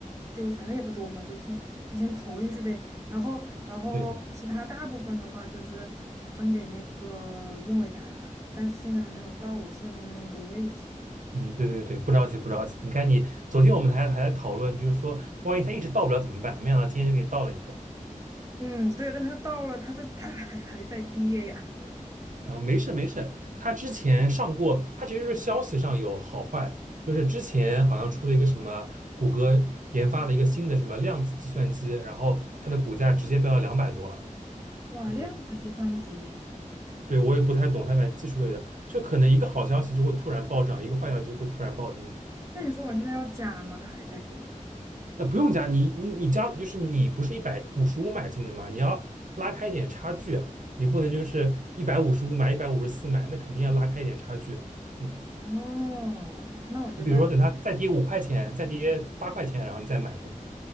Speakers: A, on the right; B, on the right.
A: 就反正也不多嘛，就先就先投进去呗。然后然后其他大部分的话就是分给那个英伟达，
B: 对，
A: 但是现在还没有到我设定的那个位置。
B: 嗯，对对对，不着急不着急。你看你昨天我们还还在讨论，就是说万一它一直到不了怎么办？没想到今天就给你到了一个。
A: 嗯，对，但它到了，它这它还 <laughs> 还在跌呀。
B: 啊，没事没事，他之前上过，他其实是消息上有好坏，就是之前好像出了一个什么谷歌研发了一个新的什么量子计算机，然后它的股价直接飙到两百多了。
A: 哇，
B: 嗯，
A: 量子计算机，
B: 对，我也不太懂它反正技术类的，就可能一个好消息就会突然暴涨，一个坏消息就会突然暴跌。
A: 那你说我现在要加吗？它还在跌。
B: 那不用加，你你你加，就是你不是一百五十五买进的嘛，你要拉开一点差距啊，你不能就是一百五十五买一百五十四买，那肯定要拉开一点差距。嗯。
A: 哦，那我就在，
B: 你比如说等它再跌五块钱，再跌八块钱，然后你再买呗。